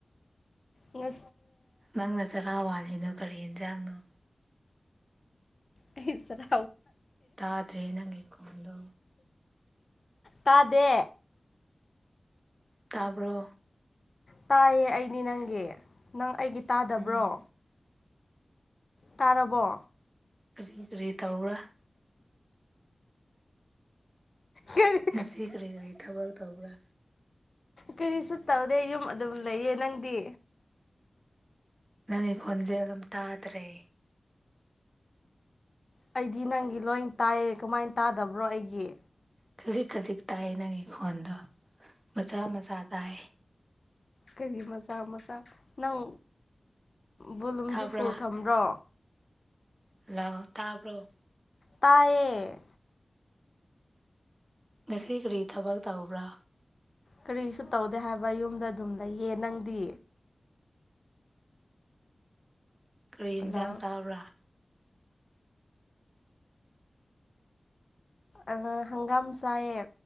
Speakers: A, on the left; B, on the right.
A: ꯉ
B: ꯅꯪꯅ ꯆꯔꯥ ꯋꯥꯂꯤꯅꯣ ꯀꯔꯤ ꯌꯦꯟꯖꯥꯡꯅꯣ
A: ꯑꯩꯁꯔ
B: ꯇꯥ꯭ꯔꯦ ꯌꯦ ꯅꯪꯦꯀꯣꯗ
A: ꯇꯗꯦ
B: ꯇꯥꯕ꯭ꯔꯣ
A: ꯇꯥꯏꯌꯦ ꯑꯩꯗꯤ ꯅꯪꯒꯤ ꯅꯪ ꯑꯩꯒꯤ ꯇꯥꯗꯕ꯭ꯔꯣ
B: ꯎꯝ
A: ꯇꯥꯔꯕꯣ
B: ꯀꯔꯤ ꯀꯔꯤ ꯊꯧꯔ
A: ꯀꯔꯤ
B: ꯉꯁꯤ ꯀꯔꯤ ꯀ ꯊꯕꯒ ꯇꯧꯕ꯭ꯔ
A: ꯀꯔꯤꯁꯨ ꯇꯧꯗꯦ ꯌꯨꯝ ꯑꯗꯨꯝ ꯂꯩꯌꯦ ꯅꯪꯗꯤ
B: ꯅꯪ ꯈꯣꯟꯖꯦꯜ ꯑꯗꯨꯝ ꯇꯥꯗ꯭ꯔꯦ
A: ꯑꯩꯗꯤ ꯅꯪꯒꯤ ꯂꯣꯏ ꯇꯥꯏꯌꯦ ꯀꯃꯥꯏꯅ ꯇꯥꯗꯕ꯭ꯔꯣ ꯑꯩꯒꯤ
B: ꯈꯖꯤꯛ ꯈꯖꯤꯛ ꯇꯥꯏ ꯅꯪꯒꯤ ꯈꯣꯟꯗꯣ ꯃꯆꯥ ꯃꯆꯥ ꯇꯥꯏ
A: ꯀꯔꯤ ꯃꯆꯥ ꯃꯆꯥ ꯅꯪ ꯕꯣꯂꯨꯝꯁ
B: ꯇꯥꯕ꯭ꯔꯥ
A: ꯐꯨꯜ ꯊꯝꯕ꯭ꯔꯣ
B: ꯍꯜꯂꯣ ꯇꯥꯕ꯭ꯔꯣ
A: ꯇꯌꯦ
B: ꯉꯁꯤ ꯀꯔꯤ ꯊꯕꯛ ꯇꯧꯕ꯭ꯔꯥ
A: ꯀꯔꯤꯁꯨ ꯇꯧꯗꯦ ꯍꯥꯏꯕ ꯌꯨꯝꯗ ꯑꯗꯨꯝ ꯂꯩꯌꯦ ꯅꯪꯗꯤ
B: ꯀꯔꯤ ꯌꯦꯟꯁꯥꯡ
A: ꯍꯜꯂꯣ
B: ꯇꯥ꯭ꯔꯥ
A: ꯑ ꯍꯪꯒꯥꯝ ꯆꯥꯏꯌꯦ